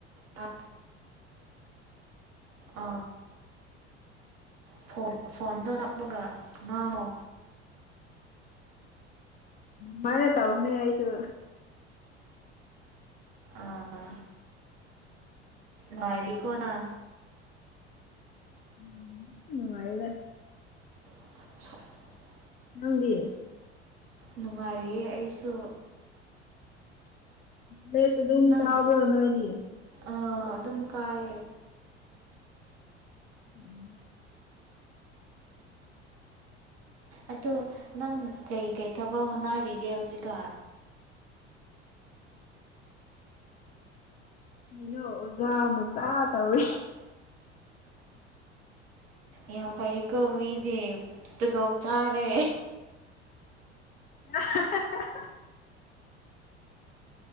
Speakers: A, on the right; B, on the left.
A: ꯇ ꯑ ꯐꯣꯟ ꯐꯣꯟꯗꯣ ꯅꯛꯄꯒ ꯉꯥꯔꯣ
B: ꯃꯅꯦ ꯇ ꯍꯧꯅ ꯍꯥꯏꯥꯏꯁꯨ
A: ꯑꯥ ꯃꯥꯔꯤ ꯀꯣꯅ
B: ꯎꯝ ꯎꯝ ꯍꯥꯏꯥꯏꯗ
A: <inaudible>
B: ꯅꯪꯗꯤ
A: ꯅꯨꯡꯉꯥꯏꯔꯤꯌꯦ ꯑꯩꯁꯨ
B: ꯎꯝ ꯁ ꯝ
A: ꯅꯪ
B: ꯊꯥꯕ꯭ꯔ ꯅꯣꯏꯔꯤꯦ
A: ꯑꯗꯨꯝ ꯀꯥꯏ
B: ꯎꯝ
A: ꯑꯣ ꯅꯪ ꯀꯩꯀꯩ ꯊꯕ ꯍꯣꯠꯅꯔꯤꯒꯦ ꯍꯧꯖꯤꯛꯀ
B: ꯅꯅꯣ ꯑꯣꯖꯥ ꯃꯆꯥ ꯇꯧꯋꯦ
A: ꯌꯥ ꯐꯩ ꯀꯣ ꯃꯤꯗꯤ ꯇꯂꯣꯞ ꯆꯥꯔꯦ
B: <inaudible>